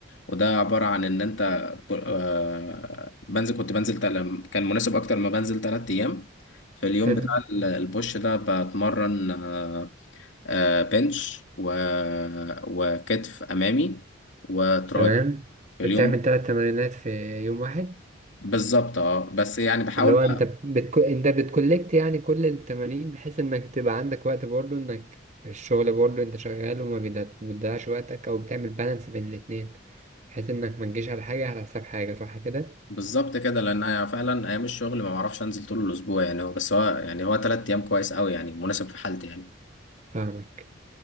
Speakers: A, on the left (about 70°); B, on the right (about 35°).
A: وده عبارة عن إن أنت كل- آه، بنزل كنت بنزل تل... كان مناسب أكتر ما بنزل تلات أيام في اليوم
B: حلو
A: بتاع ال- البوش ده بتمرن آه، آه، بنش و... وكتف أمامي وتراي
B: تمام
A: في
B: بتعمل
A: اليوم
B: ثلاث تمرينات في يوم واحد
A: بالظبط اه بس يعني بحاول
B: اللي هو انت بتكو... انت بتكولكت يعني كل التمارين بحيث انك تبقى عندك وقت برضه انك الشغل برضه انت شغال وما بيضيع- بتضيعش وقتك او بتعمل بالانس بين الاتنين بحيث انك ما تجيش على حاجة على حساب حاجة صح كده
A: بالظبط كده لان أنا فعلا ايام الشغل ما بعرفش انزل طول الاسبوع يعني هو بس هو يعني هو تلات ايام كويس قوي يعني مناسب في حالتي يعني
B: فاهمك